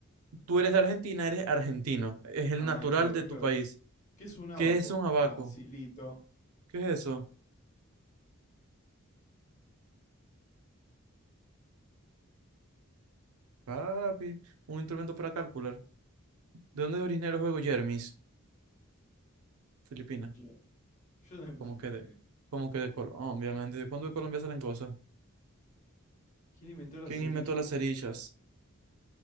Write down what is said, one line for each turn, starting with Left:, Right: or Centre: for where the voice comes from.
Right: Tú eres de Argentina, eres argentino. Es el
Left: Ah,
Right: natural
Left: claro,
Right: de
Left: claro.
Right: tu país.
Left: ¿Qué es un abaco?
Right: ¿Qué es un abaco?
Left: Facilito.
Right: ¿Qué es eso? Papi, un instrumento para calcular. ¿De dónde es originario el juego Jermis? Filipinas.
Left: Jermis. Yo también puse
Right: ¿Cómo
Left: Filipinas.
Right: que de? ¿Cómo que de Colombia? Obviamente. ¿De cuándo de Colombia salen cosas?
Left: ¿Quién inventó las
Right: ¿Quién
Left: cerillas?
Right: inventó las cerillas?